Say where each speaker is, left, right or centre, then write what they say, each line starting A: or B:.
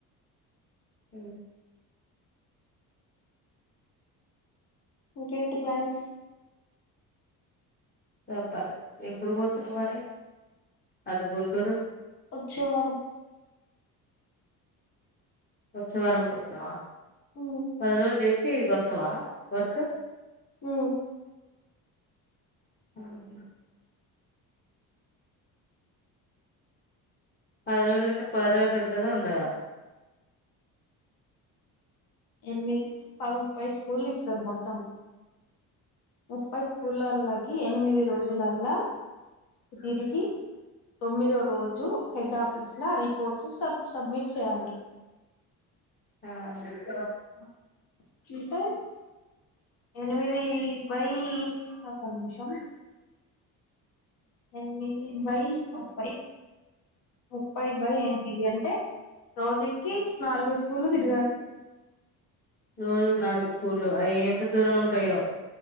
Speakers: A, on the left (about 25°); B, on the left (about 70°).
A: ఉ
B: ఇంకేంటి ప్లాన్స్
A: చెప్పాలి ఎప్పుడు పోతున్నావ్ మరీ అడుగుంటురు
B: వచ్చే వారం
A: వచ్చే వారం పోతున్నావా
B: ఉమ్
A: పది రోజులు చేసి తిడి కోస్తావా వర్క్
B: మ్
A: <unintelligible> పద్రోల్ ఉండి పద్రోల్ ఉంటదొ ఉండదో
B: ఎనిమిది ప ముప్పై స్కూలు ఇస్తారు మొత్తం ముప్పై స్కూళ్ళలకి ఎనిమిది రోజులల్లా తిరిగి తొమ్మిదో రోజు హెడ్ ఆఫీస్ల రిపోర్ట్ సబ్ సబ్మిట్ చేయాలి
A: <unintelligible>
B: అంటే ఎనిమిదీ దబై ఒక్క నిమిషం ఎనిమిది బై ముప్పై ముప్పై బై ఎనిమిది అంటే రోజుకి నాలుగు స్కూలు తిరగాలి
A: రోజుకి నాలుగు స్కూలు అయి ఎంత దూరం ఉంటాయో